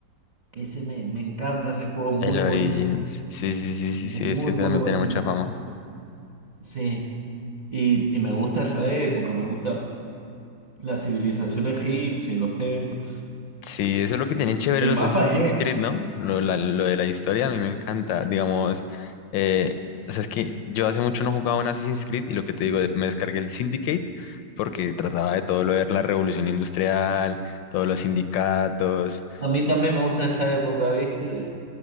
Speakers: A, on the right (about 50°); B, on the left (about 75°).
A: que ese me, me encanta ese juego, muy
B: el Origins,
A: bonito.
B: sí, sí, sí, sí,
A: Muy,
B: sí, ese también
A: muy bonito.
B: tiene mucha fama.
A: Sí. Y, y me gusta esa época, me gusta la civilización egipcia, y los templos.
B: Sí, eso es lo que tienen chévere
A: El
B: los
A: mapa
B: Assassin's
A: es.
B: Creed, ¿no? Lo, la- lo de la historia a mí me encanta, digamos, eh, o sea, es que yo hace mucho no jugaba un Assassin's Creed y lo que te digo, me descargué el Syndicate porque trataba de todo lo de la revolución industrial, todos los sindicatos,
A: A mí también me gusta esa época, ¿viste?